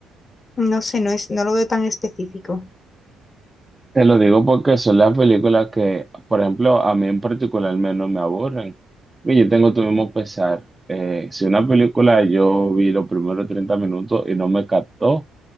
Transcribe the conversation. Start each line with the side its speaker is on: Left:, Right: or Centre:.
Left: no sé, no es, no lo veo tan específico.
Right: Te lo digo porque son las películas que, por ejemplo, a mí en particular menos me aburren. Y yo tengo tu mismo pesar. Eh, si una película yo vi los primeros 30 minutos y no me captó,